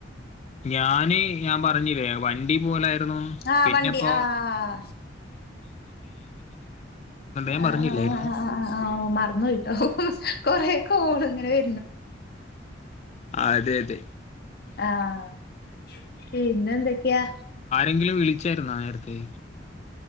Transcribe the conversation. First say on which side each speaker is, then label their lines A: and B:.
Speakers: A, on the left; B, on the left.
A: ഞാന് ഞാൻ പറഞ്ഞില്ലേ വ വണ്ടീ പോവലായിരുന്നു
B: ആഹ്
A: പിന്നിപ്പോ
B: വണ്ടി ആഹ്
A: ഞാൻ
B: ആഹ്
A: പറഞ്ഞില്ലായിരുന്നു
B: മറന്നോയിട്ടോ കൊറേ ഓള് അങ്ങനെ മേ
A: അതെ അതെ
B: ആഹ് പിന്നെന്തൊക്കെയാ
A: എന്തേലും വിളിച്ചായിരുന്നോ നേരത്തെ